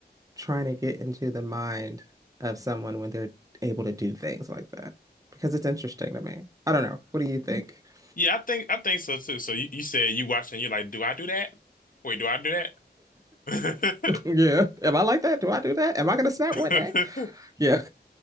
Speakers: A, on the right; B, on the left.
A: trying to get into the mind of someone when they're able to do things like that because it's interesting to me. I don't know. What do you think? <laughs>
B: Yeah, I think I think so too. So you, you said you watching, you're like, do I do that? Wait, do I do that?
A: Yeah. Am I like that? Do I do that? Am I gonna snap
B: <laughs>
A: one day? Yeah.